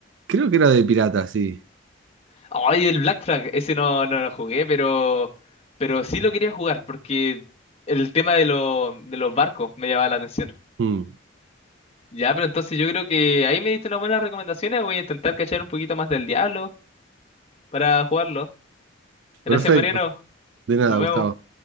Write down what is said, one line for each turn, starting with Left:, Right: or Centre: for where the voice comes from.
Right: Creo que era de pirata, sí.
Left: Ay, el Black Flag, ese no, no lo jugué, pero, pero sí lo quería jugar porque el tema de, lo- de los barcos me llamaba la atención.
Right: Mm.
Left: Ya, pero entonces yo creo que ahí me diste unas buenas recomendaciones. Voy a intentar cachar un poquito más del diablo para jugarlo. Gracias,
Right: Perfecto.
Left: Mariano.
Right: De nada,
Left: Nos
Right: Gustavo.
Left: vemos.